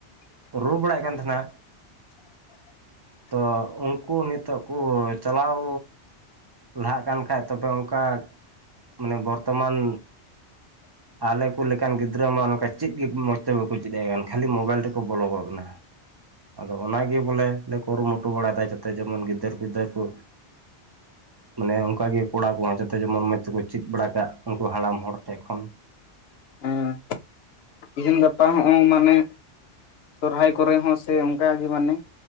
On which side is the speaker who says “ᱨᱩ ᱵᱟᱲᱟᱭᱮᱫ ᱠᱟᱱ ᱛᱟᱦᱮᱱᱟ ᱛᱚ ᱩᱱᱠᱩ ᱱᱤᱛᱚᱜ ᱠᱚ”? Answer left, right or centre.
Right